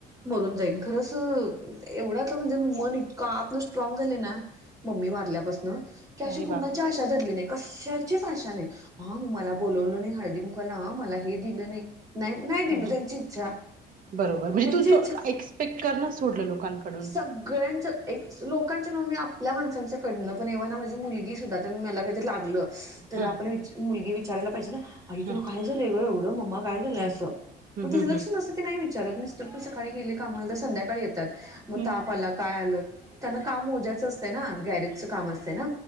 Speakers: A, on the right (about 20°); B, on the right (about 55°).
A: मरून जाईन खरंच एवढा तर म्हणजे मन इतकं आतन स्ट्रांग झालं ना मम्मी वारलेपासून अशी
B: अरे
A: कुणाची
B: बापरे!
A: कशाचीच आशा धरली नाही हा मग मला हळदी कुंकवाला बोलवलं नाही दिलं नाही नाही नाही दिलं
B: हं, हं.
A: त्यांची इच्छा
B: बरोबर म्हणजे
A: त्यांची
B: तू एक्सपेक्ट कर ना सोडलं लोकांकडून
A: सगळ्यांचं एक लोकांचं नाव मी आपल्या माणसांचं कडनं पण एव्हा ना माझी मुलगी सुद्धा तर मी मला काही लागलं तर
B: हं,
A: आपण मुलगी विचारयला पाहिजे ना आई
B: हं,
A: तुला काय झालंंवढं मम्मा काय दिला
B: हं.
A: असो
B: हं,
A: ग तिं
B: हं,
A: लक्षण
B: हं.
A: न नाही विचारत मिस्टर पण सकाळी गे कामाला संध्याकाळी येतात मग
B: हं.
A: त मला काय आलं त्या काम मोज्याचं असतं ना गॅरेजचं काम असतं ना